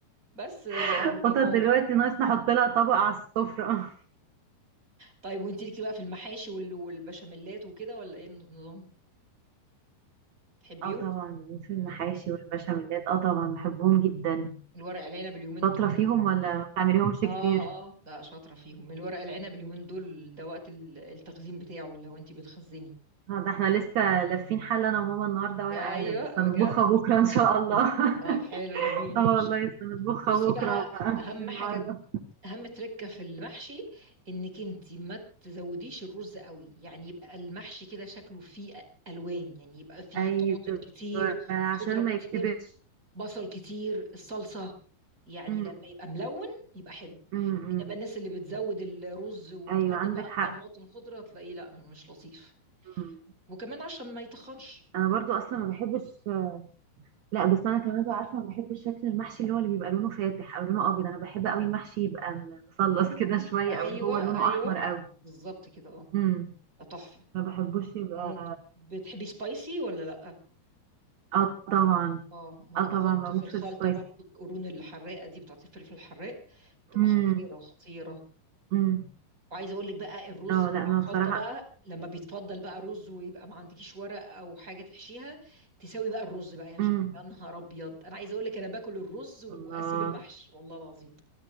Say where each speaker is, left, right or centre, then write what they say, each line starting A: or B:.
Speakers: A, on the right (about 20°); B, on the right (about 55°).
A: بس يعني
B: <laughs> القطط
A: موضوع
B: دلوقتي ناقص نحط لها طبق على السفرة
A: طيب وانت ليكي بقى في المحاشي وال- والبشاميلات وكده ولا ايه النظام؟ تحبيهم؟
B: اه طبعا بموت في المحاشي
A: مم.
B: والبشاميلات اه طبعا بحبهم جدا
A: الورق العنب اليومين
B: شاطرة
A: دول
B: فيهم ولا ما بتعمليهمش كتير
A: اه اه لا شاطرة فيهم الورق العنب اليومين دول ده وقت ال- التخزين بتاعه لو انت بتخزني
B: آه، ده احنا لسه لافين حل انا وماما النهارده ورق
A: ايوه
B: عنب بس
A: بجد
B: هنطبخها بكره ان شاء الله <laughs>
A: طب حلو جميل
B: اه والله
A: هنشف
B: لسه هنطبخها
A: بصي
B: بكره
A: بقى
B: بقى، مش
A: اهم
B: النهارده
A: حاجه اهم تركه في المحشي انك انت ما تزوديش الرز قوي يعني يبقى المحشي كده شكله فيه الوان يعني يبقى فيه
B: ايوه
A: طماطم كتير
B: عشان
A: خضره كتير
B: ما يتكبرش
A: بصل كتير الصلصه يعني
B: امم
A: لما يبقى ملون يبقى حلو
B: امم
A: انما
B: أمم.
A: الناس اللي بتزود الرز وتقلل
B: ايوه عندك
A: بقى الطماطم
B: حق
A: الخضره تلاقيه لا مش لطيف
B: أمم.
A: وكمان عشان ما يتخنش
B: انا برضو اصلا ما بحبش لا بس انا كمان بقى عارفه ما بحبش شكل المحشي اللي هو اللي بيبقى لونه فاتح او لونه ابيض انا بحب قوي المحشي يبقى مصلص كده شويه
A: ايوه
B: او اللي هو لونه
A: ايوه
B: احمر قوي
A: بالظبط كده
B: امم
A: اه تحفه
B: ما بحبوش يبقى
A: ممكن بتحبي سبايسي ولا لا
B: اه طبعا
A: اه ما انا
B: اه طبعا
A: بحط
B: بموت
A: في الخلطه
B: في السبايسي
A: برضه القرون الحراقه دي بتاعت الفلفل الحراق بتبقى
B: امم
A: خطيره خطيره
B: امم
A: وعايزه اقول لك بقى الرز
B: اه
A: بتاع
B: لا ما
A: الخلطه
B: بصراحه
A: بقى لما بيتفضل بقى رز ويبقى ما عندكيش ورق او حاجه تحشيها تساوي بقى الرز بقى يا جنة
B: امم
A: يا نهار ابيض انا عايزه اقول لك انا باكل الرز واسيب
B: الله
A: المحشي والله العظيم